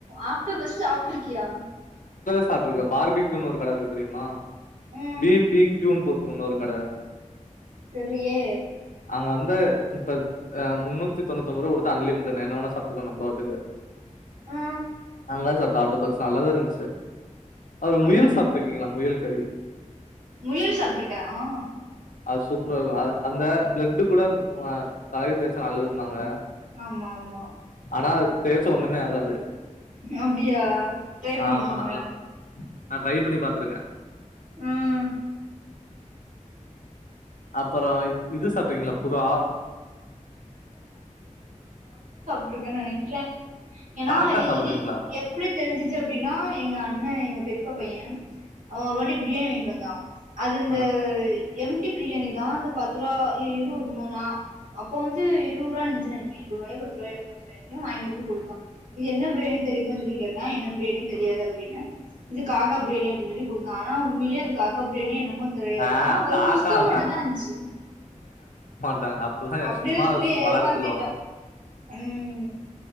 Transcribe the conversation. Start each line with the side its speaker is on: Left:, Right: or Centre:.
Right: ஆக்டோபஸ்ஸு சாப்ட்ருக்கியா
Left: சாப்ட்ருக்க பார்பிக்யூனு ஒரு கட இருக்கு தெரியுமா
Right: ம்
Left: பி பி க்யூன் <unintelligible> இன்னொரு கட
Right: தெர்லயே
Left: அங்க வந்து இப்ப ஆ முன்னூத்தி தொண்ணுத்தொம்பொருவா குடுத்தா அன்லிமிடட் நீ என்னா வேணா சாப்ட்டுக்கோ நம்போ இதுக்கு
Right: ஆ
Left: அங்கதா சாப்ட்ட ஆட்டோபக்ஸ் நல்லா தா இருந்த்ச்சு அப்றோ முயல்
Right: ம்
Left: சாப்ட்ருக்கீங்ளா முயல் கறி
Right: முயல் சாப்ட்ருக்க ஆ
Left: அது சூப்ரா இருக்கு அத அந்த ப்ளட்டு கூட அந் ஆ தலக்கி தேச்சா நல்லதும்பாங்க
Right: ஆமா ஆமா
Left: னா அத்தேச்சா ஒண்ணுமே ஆகாது
Right: அப்டியா ட்ரை பண்ணிருக்கீங்களா
Left: ஆமா நல்லா நா ட்ரை பண்ணி பாத்துருக்கே
Right: ம்ஹ்
Left: அப்பறோ இது சாப்ட்ருகீங்களா புறா
Right: ட்ருக்கேனு நெனைக்கே ஏன்னா
Left: சாக்கா
Right: இது
Left: சாப்டுவீங்களா
Right: இது எப்டி தெருஞ்சுச்சு அப்டின்னா எங்க அண்ணா எங்க பெரிப் அத்த பையெ அவன் ஒரு வாட்டி பிரியாணி வாங்கிட்டு வந்தான் அது இந்த
Left: ஆ
Right: இ எம்டி பிரியாணி இதாங்க பத்து ரூபா இரு வருணா அப் இப்ப வந்து இருவரூபா நென்ச்ச நானு இருரூபாய் பத்து ரூபாயோ நெனசேன் வாங்கிட்டு வந்து கொடுத்தான் இது என்ன ப்ரியாணி தெரியுமா சொல்லுன்னு கேட்டான் என்ன பிரியாணி தெரியாது அப்டின்னு இது காக்கா பிரியாணினு அப்பினு சொல்லி கொடுத்தான் ஆனா உண்மையிலேயே அது காக்கா பிரியாணி ரொம்ப தெரியாது
Left: ஆஹ
Right: ஆனா வெறும்
Left: காக்கால்லா
Right: குஷ்கா மட்டுந்தா இருந்துச்சு
Left: அ அப்பெல்லா
Right: அப்படியே
Left: சும்மா
Right: சொல்லி ஏமாத்திட்டான்
Left: வெளயாட்டுக்கு சொல்லுவாங்க
Right: உம்